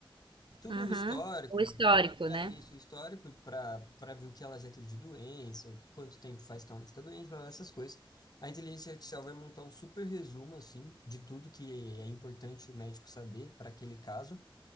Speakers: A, on the left; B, on the right.
A: tudo
B: Uhum.
A: o histórico,
B: O histórico,
A: de-
B: né?
A: é isso, o histórico para para ver o que ela já teve de doença, quanto tempo faz que ela não fica doente, blá, blá, essas coisas. A inteligência artificial vai montar um super resumo assim de tudo que é importante o médico saber para aquele caso